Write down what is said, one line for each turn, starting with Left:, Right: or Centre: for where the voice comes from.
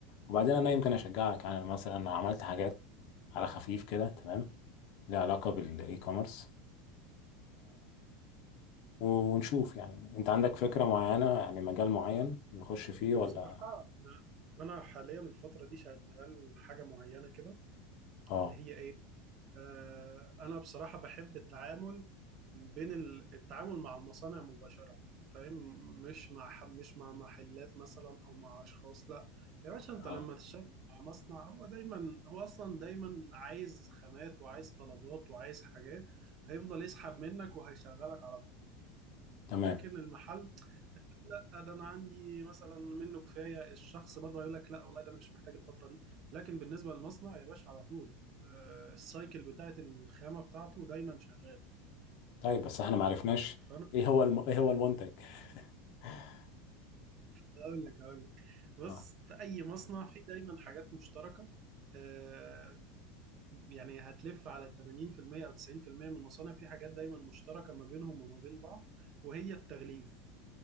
Left: وبعدين انا يمكن اشجعك يعني أنا مثلا عملت حاجات على خفيف كده تمام ليها علاقة بالاي كوميرس ونشوف يعني انت عندك فكرة معينة يعني مجال معين نخش
Right: بس
Left: فيه ولا
Right: بصراحه انا انا حاليا الفتره دي شغال حاجه معينه كده
Left: اه
Right: اللي هي ايه آه، انا بصراحه بحب التعامل بين ال- التعامل مع المصانع مباشره فاهم مش مع ح- مش مع محلات مثلا او مع اشخاص لا يا باشا انت
Left: اه
Right: لما تشتغل مع مصنع هو دايما هو اصلا دايما عايز خامات وعايز طلبات وعايز حاجات هيفضل يسحب منك وهيشغلك على طول
Left: تمام
Right: لكن المحل لا ده انا عندي مثلا منه كفايه الشخص برضه هيقول لك لا والله ده انا مش محتاج الفتره دي لكن بالنسبه للمصنع يا باشا على طول آه، السايكل بتاعت الخامه بتاعته دايما شغال
Left: طيب بس احنا ما عرفناش
Right: فانا
Left: ايه هو الم... ايه هو المنتج <laughs>
Right: هقول لك هقول لك بص
Left: اه
Right: في اي مصنع في دايما حاجات مشتركه آه، يعني هتلف على 80% او 90% من المصانع في حاجات دايما مشتركه ما بينهم وما بين بعض وهي التغليف